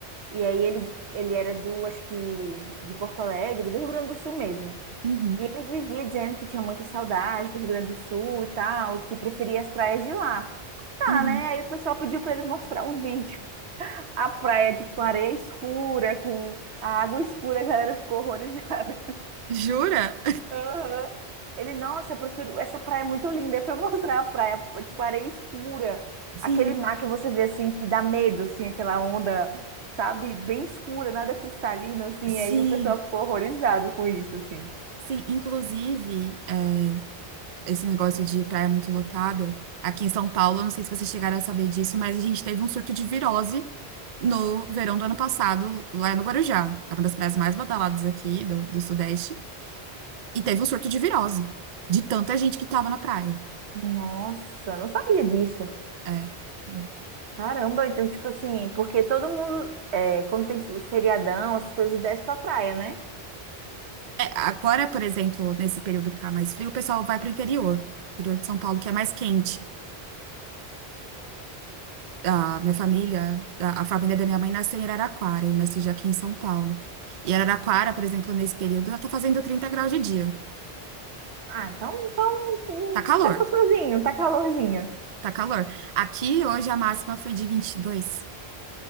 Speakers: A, on the right; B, on the right.
A: E aí ele, ele era do, acho que de Porto Alegre, do Rio Grande do Sul mesmo.
B: Uhum,
A: E ele vivia dizendo que tinha muita saudade do Rio Grande do Sul e tal, que preferia as praias de lá. Tá,
B: uhum.
A: né? Aí o pessoal pediu para ele mostrar um <laughs> vídeo. a praia, tipo, com areia escura, com a água escura, a galera ficou horrorizada.
B: Jura?
A: <laughs> Aham. Ele, nossa, eu prefiro, essa praia é muito linda. Aí foi mostrar a praia, tipo, areia escura,
B: Sim,
A: aquele mar que você vê, assim, que dá medo, assim, aquela onda, sabe, bem escura, nada cristalino, assim.
B: sim,
A: Aí o pessoal ficou horrorizado com isso, assim.
B: sim. Inclusive, é esse negócio de praia muito lotada. Aqui em São Paulo, eu não sei se vocês chegaram a saber disso, mas a gente teve um surto de virose no verão do ano passado, lá no Guarujá. É uma das praias mais badaladas aqui do, do Sudeste. E teve um surto de virose, de tanta gente que tava na praia.
A: Nossa, não sabia disso.
B: É. É,
A: Caramba, então, tipo assim, porque todo mundo, é, quando tem feriadão, essas coisas desce pra praia, né?
B: É, agora, por exemplo, nesse período que tá mais frio, o pessoal vai pro interior, interior de São Paulo, que é mais quente. a minha família, a, a família da minha mãe nasceu em Araraquara, eu nasci já aqui em São Paulo. E Araraquara, por exemplo, nesse período, ela tá fazendo 30 graus de dia.
A: Ah, então, então hum,
B: Tá calor,
A: tá gostosinho, tá calorzinho.
B: tá calor. Aqui hoje a máxima foi de 22.